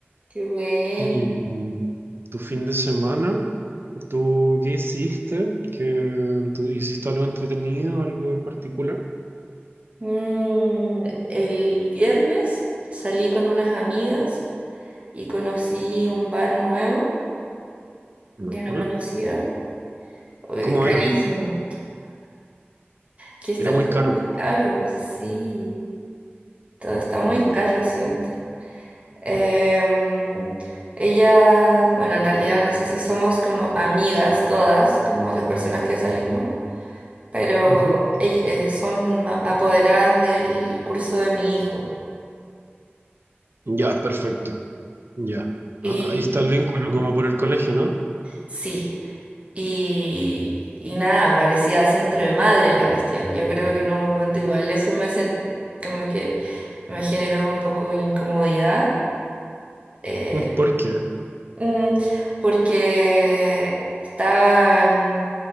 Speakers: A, on the right (about 30°); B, on the right (about 60°).
A: Qué buena.
B: ¿Y tu fin de semana? ¿Tú qué hiciste? ¿Qué, tú hiciste algo entretenido, algo en particular?
A: Mm, el viernes salí con unas amigas y conocí un bar nuevo,
B: No.
A: ya no
B: ¿Ah?
A: conocía, Oye,
B: ¿Cómo
A: carísimo,
B: era?
A: que está
B: Era
A: todo
B: muy caro.
A: muy caro, sí, todo está muy
B: Mm,
A: caro,
B: Ya.
A: siento. Em, ella, bueno, en realidad no sé si somos como amigas todas, como las personas que salimos, pero
B: Ujú.
A: ell- eh, son ma- apoderadas del curso de mi hijo.
B: Ya, perfecto. Ya.
A: Y
B: Ah, Ahí está el vínculo como por el colegio, ¿no?
A: sí, y, y nada, parecía centro de madre la cuestión. Yo creo que en un momento igual eso me, sen- como que me generó un poco de incomodidad. eh,
B: <laughs> ¿Por qué?
A: Mm, porque estaban